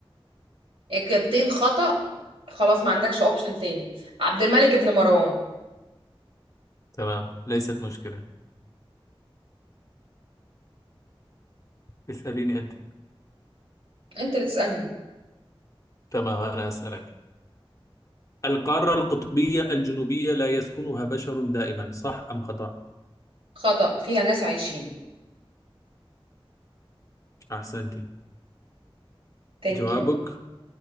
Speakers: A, on the right; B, on the left.
A: إجابتين خطأ خلاص ما عندكش أوبشن تاني عبد الملك بن مروان
B: تمام ليست مشكلة اسأليني أنت
A: أنت اللي تسألني
B: تمام أنا أسألك القارة القطبية الجنوبية لا يسكنها بشر دائما صح أم خطأ؟
A: خطأ فيها ناس عايشين
B: أحسنت
A: ثانك
B: جوابك
A: يو